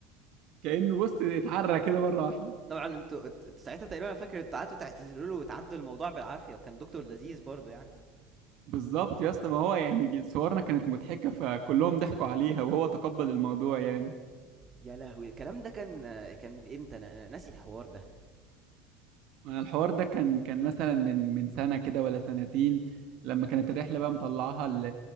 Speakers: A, on the right; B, on the right.
A: كأنه بص اتعرى كده مرة واحدة
B: <applause> طبعا انتوا انتوا ساعتها تقريبا انا فاكر انتوا قعدتوا تعتذروا له وتعدوا الموضوع بالعافيه وكان دكتور لذيذ برضه يعني
A: بالظبط يا اسطى ما هو يعني صورنا كانت مضحكة فكلهم ضحكوا عليها وهو تقبل الموضوع يعني
B: يا لهوي الكلام ده كان كان من امتى انا أنا ناسي الحوار ده
A: أنا الحوار ده كان كان مثلا من من سنة كده ولا سنتين لما كانت الرحلة بقى مطلعاها ال-